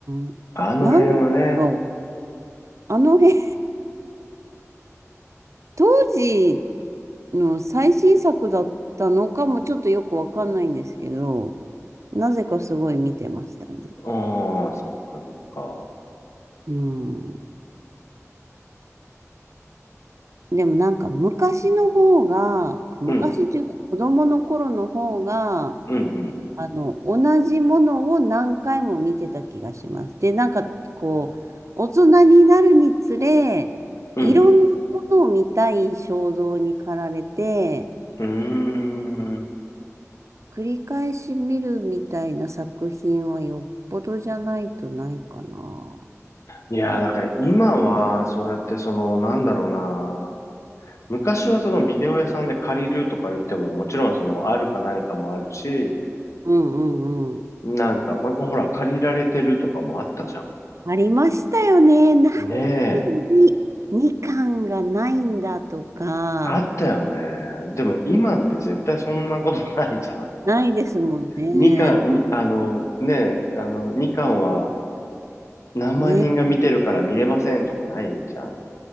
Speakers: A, on the right; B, on the left.
A: ん。
B: あの辺はね。
A: なんだろう。あの辺、当時の最新作だったのかもちょっとよくわかんないんですけど、なぜかすごい見てましたね。
B: ああ、そっかそっか。
A: うん。でもなんか昔の方が、昔というか子供の頃の方が、
B: うん、うん、うん、
A: あの、同じものを何回も見てた気がします。で、なんかこう、大人になるにつれ、
B: うん。
A: いろんなものを見たい衝動に駆られて、
B: うーん。
A: 繰り返し見るみたいな作品はよっぽどじゃないとないかな。
B: いやー、だから今は、そうやってその、なんだろうな。昔はそのビデオ屋さんで借りるとか言っても、もちろんその、あるかないかもあるし、
A: うんうんうん。
B: なんか、ま、ほら、借りられてるとかもあったじゃ
A: ありましたよね。なんで
B: ん。ねえ。
A: に2巻がないんだとか、
B: あったよね。でも今って絶対そんなことないじゃん。
A: ないですもんね。
B: みかん、み、あの、ねえ、あの、みかんは何万人が見てるから見れませんとかないじゃん。
A: ね、